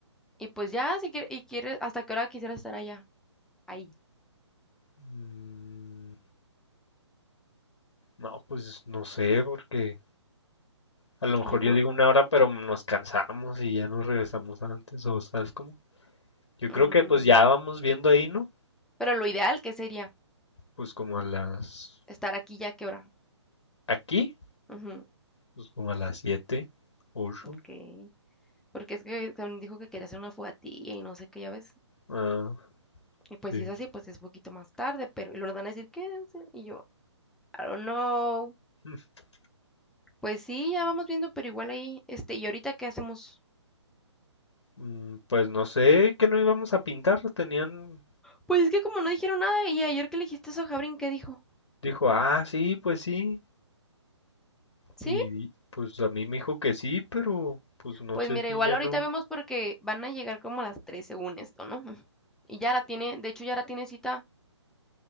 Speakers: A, in the centre; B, on the left (about 65°).
A: Y pues ya, si quieres, y quieres, ¿hasta qué hora quisieras estar allá? Ahí,
B: Mm, no, pues no sé, porque a lo mejor
A: yo
B: yo
A: creo.
B: digo una hora, pero nos cansamos y ya nos regresamos antes, o sabes cómo. Yo creo
A: mm,
B: que pues ya vamos viendo ahí, ¿no?
A: pero lo ideal, ¿qué sería?
B: Pues como a las...
A: Estar aquí ya, ¿qué hora?
B: Aquí,
A: Ujú,
B: pues como a las siete ocho
A: ok. Porque es que también dijo que quería hacer una fogatilla y no sé qué, ya ves.
B: Ah,
A: Y pues
B: sí.
A: si es así, pues es poquito más tarde, pero y luego van a decir, quédense. Y yo, I don't know.
B: <laughs>
A: Pues sí, ya vamos viendo, pero igual ahí, este, ¿y ahorita qué hacemos?
B: Mm, Pues no sé que no íbamos a pintar. Tenían...
A: Pues es que como no dijeron nada, y ayer que le dijiste eso a Jabrin, ¿qué dijo?
B: Dijo, ah, sí, pues sí.
A: ¿Sí?
B: Y pues a mí me dijo que sí, pero pues no
A: Pues
B: sé
A: mira,
B: si
A: igual
B: ya
A: ahorita
B: no.
A: vemos porque van a llegar como a las 3 según esto, ¿no? <laughs> Y ya la tiene, de hecho ya la tiene cita